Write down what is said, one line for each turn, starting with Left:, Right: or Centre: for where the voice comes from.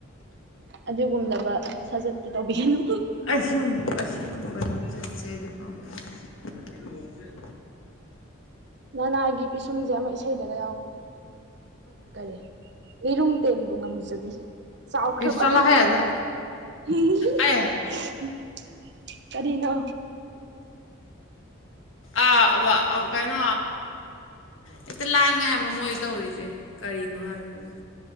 Right: ꯑꯗꯨꯒꯨꯝꯂꯕ ꯁꯥꯖꯠꯇꯨ ꯇꯧꯕꯤꯒꯅꯨ
Left: ꯑꯁꯤꯌꯨꯝ ꯑꯁꯤꯒꯨꯝꯕ ꯂꯝꯆꯠꯁꯦ ꯑꯩꯗꯤ ꯄꯥꯝ ꯂꯣꯡꯁꯦ <inaudible>
Right: ꯅꯅꯥꯢꯒꯤ ꯄꯤꯁꯨꯝꯁꯦ ꯑꯃ ꯏꯁꯩꯗꯒ ꯌꯥꯎꯕꯗ ꯀꯔꯤ ꯂꯤꯔꯨꯡ ꯇꯦꯟ ꯖꯕꯤ ꯆꯥꯎꯈ꯭ꯔꯕ
Left: ꯏꯁ ꯆꯠꯂꯣꯍꯦ ꯑꯗ
Right: <unintelligible>
Left: ꯑꯦ
Right: ꯀꯔꯤꯅꯣ
Left: ꯑ ꯑꯕ ꯑꯧ ꯀꯩꯅꯣ ꯍꯦꯛꯇ ꯂꯥꯡꯉꯦ ꯍꯥꯏꯕ ꯃꯣꯏ ꯇꯧꯔꯤꯁꯦ ꯀꯔꯤꯅꯣ ꯍꯥꯏꯝꯅꯤꯗ